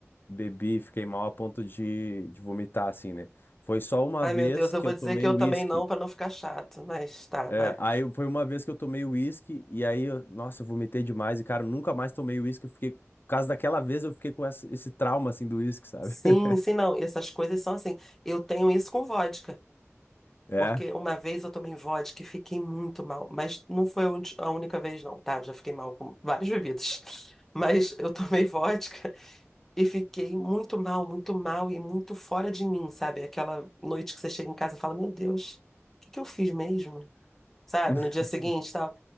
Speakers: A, on the left (about 45°); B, in the centre.
A: bebi, fiquei mal a ponto de, de vomitar, assim, né? Foi só uma
B: Ai,
A: vez
B: meu Deus, eu
A: que
B: vou
A: eu tomei
B: dizer que eu
A: uísque.
B: também não, para não ficar chato, mas tá,
A: É,
B: vai.
A: aí eu- foi uma vez que eu tomei uísque e aí, eu- nossa, eu vomitei demais e, cara, eu nunca mais tomei uísque. Eu fiquei, por causa daquela vez, eu fiquei com essa- esse trauma, assim, do uísque, sabe?
B: Sim,
A: <laughs>
B: sim, não. Essas coisas são assim. Eu tenho isso com vodka,
A: É.
B: porque uma vez eu tomei vodka e fiquei muito mal, mas não foi a un- a única vez, não, tá? Já fiquei mal com várias bebidas, <laughs> mas eu tomei vodka e fiquei muito mal, muito mal e muito fora de mim, sabe? Aquela noite que você chega em casa e fala: Meu Deus, o que que eu fiz mesmo? Sabe?
A: <laughs>
B: No dia seguinte, tal.